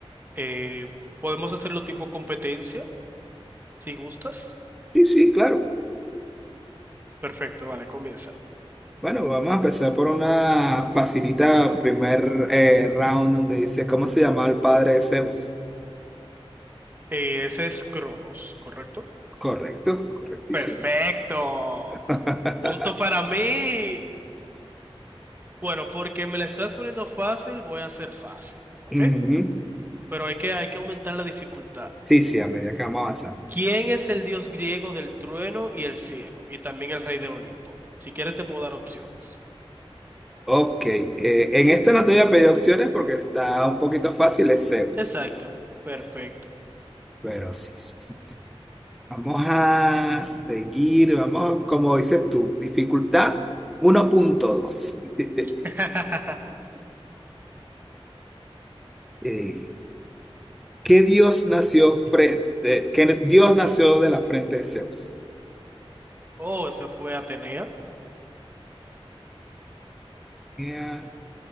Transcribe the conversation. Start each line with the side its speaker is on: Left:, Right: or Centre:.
Right: eh, podemos hacerlo tipo competencia, si gustas.
Centre: Sí, sí, claro.
Right: Perfecto, dale, comienza.
Centre: Bueno, vamos a empezar por una facilita primer eh, round donde dice, ¿cómo se llamaba el padre de Zeus?
Right: Eh, ese es Cronos, ¿correcto?
Centre: Correcto, correctísimo.
Right: Perfecto.
Centre: <laughs>
Right: Punto para mí. Bueno, porque me la estás poniendo fácil, voy a hacer fácil, ¿ok?
Centre: Ujú.
Right: Pero hay que, hay que aumentar la dificultad.
Centre: Sí, sí, a medida que vamos avanzando.
Right: ¿Quién es el dios griego del trueno y el cielo? Y también el rey del Olimpo. Si quieres, te puedo dar opciones.
Centre: Ok, eh, en esta no te voy a pedir opciones porque está un poquito fácil, es Zeus.
Right: Exacto, perfecto.
Centre: Pero sí, sí, sí, sí. Vamos a seguir, vamos, como dices tú, dificultad 1.2. <laughs>
Right: <laughs>
Centre: Eh, ¿qué dios nació frente, qué dios nació de la frente de Zeus?
Right: Oh, esa fue Atenea.
Centre: Eh,